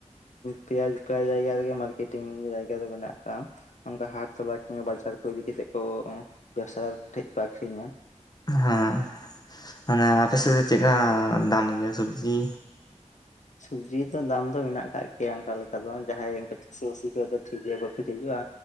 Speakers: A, on the left (about 75°); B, on the left (about 30°).
A: ᱯᱮᱭᱟ ᱯᱮᱭᱟ ᱡᱟᱭᱜᱟ ᱨᱮᱜᱮ ᱢᱟᱨᱠᱮᱴᱤᱝ ᱡᱟᱭᱜᱟ ᱫᱚ ᱢᱮᱱᱟᱜ ᱟᱠᱟᱜᱼᱟ᱾ ᱚᱱᱠᱟ ᱦᱟᱴ ᱛᱚᱞᱟ ᱠᱤ ᱵᱟᱡᱟᱨ ᱠᱚ ᱤᱫᱤ ᱠᱟᱛᱮᱫ ᱠᱚ ᱵᱮᱵᱽᱥᱟᱨ ᱴᱷᱮᱡ ᱠᱚ ᱟᱠᱷᱨᱤᱧᱟ
B: ᱦᱮᱸ ᱢᱟᱱᱮ ᱟᱯᱮ ᱥᱮᱫ ᱫᱚ ᱪᱮᱫ ᱞᱮᱠᱟ ᱫᱟᱢ ᱜᱮᱭᱟ ᱥᱚᱵᱽᱡᱤ?
A: ᱥᱚᱵᱽᱡᱤ ᱫᱚ ᱫᱟᱢ ᱫᱚ ᱢᱮᱱᱟᱜ ᱟᱠᱟᱟᱜ ᱜᱮᱭᱟ ᱚᱱᱠᱟ ᱞᱮᱠᱟ ᱫᱚ ᱡᱟᱦᱟᱸᱭ ᱥᱮᱢ ᱥᱤ ᱠᱚ ᱫᱚ ᱴᱷᱤᱠ ᱜᱮᱭᱟ ᱠᱚᱯᱮ ᱴᱷᱤᱠ ᱜᱮᱼᱟ